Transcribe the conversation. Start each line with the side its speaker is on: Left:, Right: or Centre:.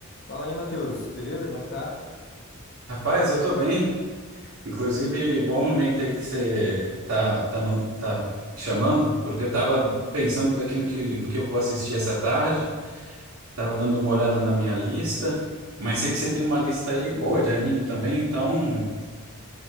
Left: Fala aí, Matheus. Beleza? Como é que tá?
Right: Rapaz, eu tô bem. Inclusive, bom momento aí que você tá, tá, man- tá chamando, porque eu
Left: Ah,
Right: tava pensando aqui no que, no que eu vou assistir essa tarde, tava dando uma olhada na minha lista, mas sei que você tem uma lista aí boa de anime também, então